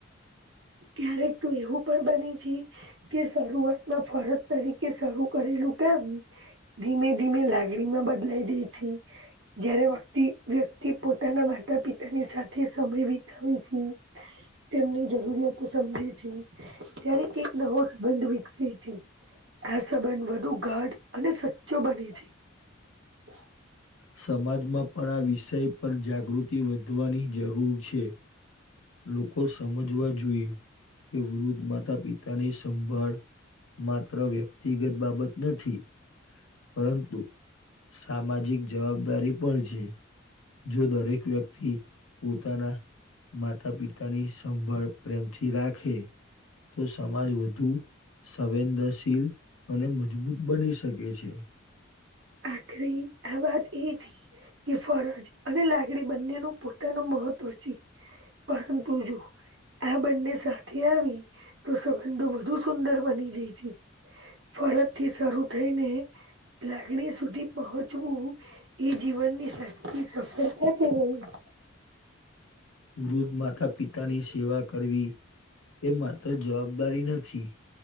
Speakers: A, on the right; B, on the left.
A: ક્યારેક તો એવું પણ બની છે કે શરૂઆતમાં ફરજ તરીકે શરૂ કરેલું કામ ધીમે ધીમે લાગણી માં બદલાઈ જાય છે. જય્યારે વકતિ વ્યક્તિ પોતાના માતા પિતાની સાથે સમય વિતાવે છે. તેમની જરૂરિયાતો સમજે છે, ત્યારે એક નવો સંબંધ વિકસે છે. આ સંબંધ વધુ ગઢ અને સચ્ચો બને છે. <inaudible>
B: સમાજમાં પણ આ વિષય પર જાગૃતિ વધવાની જરૂર છે. લોકો સમજવા જોઈએ, કે વૃદ્ધ માતા પિતા ની સંભાળ માત્ર વ્યક્તિગત બાબત નથી. પરંતુ સામાજિક જવાબદારી પણ છે જો દરેક વ્યક્તિ પોતાના માતા પિતાની સંભળ પ્રેમથી રાખે તો સમાજ વધુ સવેદનશીલ અને મજબૂત બની શકે છે. કે <unintelligible>
A: આખરી આ વાત એ છે એ ફરજ અને લાગણી બંનેનું પોતાનું મહત્વ છે. પરંતુ જો આ બંને સાથે આવી, તો સંબંધો વધુ સુંદર બની જાય છે. ફરત થી શરૂ થઈને ગણી સુધી પહોંચવું, એ જીવનની સાચી સફળતા કેવાય છે.
B: વૃદ્ધ માતા પિતાની સેવા કરવી એમા તો જવાબદારી નથી,